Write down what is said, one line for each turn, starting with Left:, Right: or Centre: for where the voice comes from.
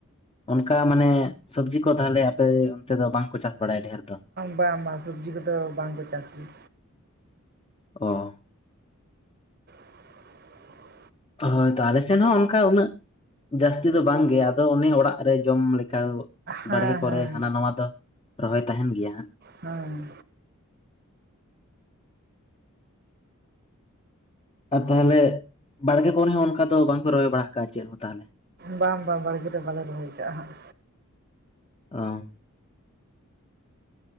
Left: ᱚᱱᱠᱟ ᱢᱟᱱᱮ ᱥᱚᱵᱡᱤ ᱠᱚ ᱛᱟᱦᱚᱞᱮ ᱟᱯᱮ ᱚᱱᱛᱮ ᱫᱚ ᱵᱟᱝᱠᱚ ᱪᱟᱥ ᱵᱟᱲᱟᱭᱟ ᱰᱷᱮᱨ ᱫᱚ
Right: ᱵᱟᱝ ᱵᱟᱝ ᱥᱚᱵᱽᱡᱤ ᱠᱚᱫᱚ ᱵᱟᱝ ᱠᱚ ᱪᱟᱥ ᱜᱮᱭᱟ
Left: ᱚ
Right: <inaudible>
Left: ᱦᱳᱭ ᱛᱚ ᱟᱞᱮᱥᱮᱱ ᱦᱚᱸ ᱚᱱᱠᱟ ᱩᱱᱟᱹᱜ ᱡᱟᱹᱥᱛᱤ ᱫᱚ ᱵᱟᱝ ᱜᱮ ᱟᱫᱚ ᱚᱱᱮ ᱚᱲᱟᱜ ᱨᱮ ᱡᱚᱢ ᱞᱮᱠᱟ
Right: ᱦᱮᱸ
Left: ᱵᱟᱲᱜᱮ ᱠᱚᱨᱮ
Right: ᱦᱮᱸ
Left: ᱦᱟᱱᱟ ᱱᱟᱣᱟ ᱫᱚ ᱨᱚᱦᱚᱭ ᱛᱟᱦᱮᱱ ᱜᱮᱭᱟ
Right: ᱦᱮᱸ
Left: ᱟᱨ ᱛᱟᱦᱚᱞᱮ ᱵᱟᱲᱜᱮ ᱠᱚᱨᱮ ᱦᱚᱸ ᱚᱱᱠᱟ ᱫᱚ ᱵᱟᱝᱯᱮ ᱨᱚᱦᱚᱭ ᱵᱟᱲᱟ ᱠᱟᱜᱼᱟ ᱪᱮᱫ ᱦᱚᱸ ᱛᱟᱦᱚᱞᱮ
Right: ᱵᱟᱝ ᱵᱟᱝ ᱵᱟᱲᱜᱮ ᱨᱮ ᱵᱟᱞᱮ ᱨᱚᱦᱚᱭ ᱠᱟᱜᱼᱟ ᱦᱟᱸᱜ
Left: ᱚ